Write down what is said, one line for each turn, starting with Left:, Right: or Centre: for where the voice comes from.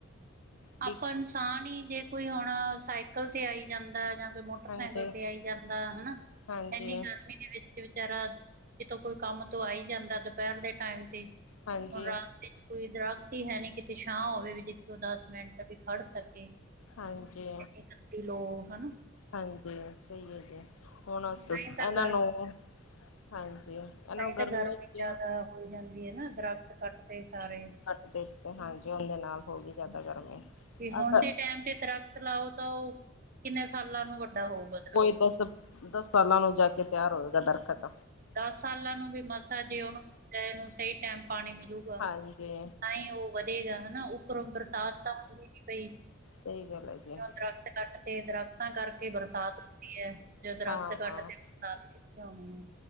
Right: ਆਪਾਂ
Left: ਵੀ
Right: ਇਨਸਾਨ ਈ ਜੇ ਕੋਈ ਹੁਣ ਸਾਈਕਲ ਤੇ ਆਈ ਜਾਂਦਾ ਜਾਂ ਤੇ ਮੋਟਰਸਾਈਕਲ
Left: ਹਾਂਜੀ
Right: ਤੇ ਆਈ ਜਾਂਦਾ ਹੈਨਾ
Left: ਹਾਂਜੀ
Right: ਐਨੀ ਗਰ ਮੀ ਦੇ ਵਿੱਚ ਵਿਚਾਰਾ ਕਿਤੋਂ ਕੋਈ ਕੰਮ ਤੋਂ ਆਈ ਜਾਂਦਾ ਦੋਪੈਰ ਦੇ ਟਾਈਮ ਤੇ
Left: ਹਾਂਜੀ
Right: ਹੁਣ ਰਸਤੇ ਚ ਕੋਈ ਦਰਖਤ ਈ ਹੈ ਨੀ ਕਿਤੇ ਛਾਂ ਹੋਵੇ ਵੀ ਜਿੱਥੇ ਓ ਦੱਸ ਮਿੰਟ ਵੀ ਖੜ ਸਕੇ।
Left: ਹਾਂਜੀ।
Right: ਇੱਕ ਤੇ ਲੋ ਹੈਨਾ।
Left: ਹਾਂਜੀ ਸਈ ਐ ਜੀ ਹੁਣ ਹਸੋ
Right: ਤਾਂਹੀ ਤਾਂ
Left: ਐਨਾਂ ਨੂੰ ਹਾਂਜੀ
Right: ਤਾਂਈ
Left: ਨੂੰ
Right: ਤਾਂ ਗਰਮੀ
Left: ਚ
Right: ਜਾਦਾ ਹੋਈ ਜਾਂਦੀ ਏ ਨਾ ਦਰਖਤ ਕੱਟਤੇ ਸਾਰੇ
Left: ਓ ਤੇ ਹਾਂਜੀ ਉਂਦੇ ਨਾਲ ਹੋਗੀ ਜਾਦਾ ਗਰਮੀ
Right: ਵੀ ਹੁਣ
Left: ਅਸ
Right: ਦੇ ਟੈਮ ਤੇ ਦਰਖਤ ਲਾਓ ਤਾਂ ਓਹ ਕਿੰਨੇ ਸਾਲਾਂ ਨੂੰ ਵੱਡਾ ਹੋਊਗਾ ਦਰਖਤ
Left: ਦੱਸ ਸਾਲ- ਦਸ ਸਾਲਾਂ ਨੂੰ ਜਾ ਕੇ ਤਿਆਰ ਹੋਏਗਾ ਦਰਖੱਤ
Right: ਦੱਸ ਸਾਲਾਂ ਨੂੰ ਵੀ ਮਸਾ ਜੇ ਓਨੂੰ ਨੂੰ ਸਈ ਟੈਮ ਪਾਨੀ ਮਿਲੂ <unintelligible> ਤਾਂ
Left: ਹਾਂਜੀ
Right: ਈ ਓ ਵਧੇਗਾ ਹੈਨਾ ਉੱਪਰੋਂ ਬਰਸਾਤ ਤਾਂ ਹੁੰਦੀ ਨੀ ਪਈ
Left: ਸਈ ਗੱਲ ਹੈਗੀ
Right: ਜਦੋਂ
Left: ਐਂ।
Right: ਦਰਖਤ ਕੱਟ ਤੇ ਦਰਖਤਾਂ ਕਰਕੇ ਬਰਸਾਤ ਹੁੰਦੀ ਐ ਜੇ ਦਰਖਤ
Left: ਹਾਂ
Right: ਕੱਟ ਤੇ ਬਰਸਾਤ ਕਿੱਥੇ ਅਓਣੀ ਏ।